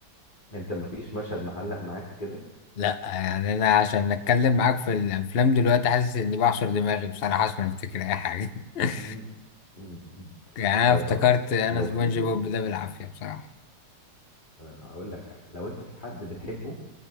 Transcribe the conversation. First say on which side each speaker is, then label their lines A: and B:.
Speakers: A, on the left; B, on the left.
A: انت مفيش مشهد معلق معاك كده
B: لا يعني انا عشان اتكلم معاك في الافلام دلوقتي حاسس اني بعصر دماغي بصراحة عشان افتكر اي حاجة <laughs>
A: مم. مم. مم.
B: يعني
A: طيب
B: انا افتكرت
A: هقول لك
B: انا
A: لو
B: سبونج
A: في فيلم
B: بوب ده بالعافية بصراحة
A: تمام هقول لك حاجه لو انت في حد بتحبه